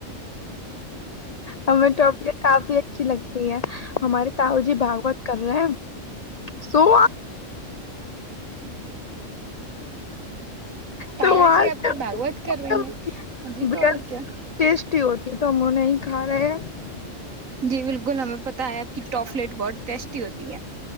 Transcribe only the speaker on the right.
<inaudible> <inaudible>
تایا
جی
آپ کی باگوت کر رہی ہیں جی
توہوتے ہے ہیں
جی بلکل ہمیں پتا ہے آپ کی ٹافلیٹ بہت ٹیسٹی ہوتی ہے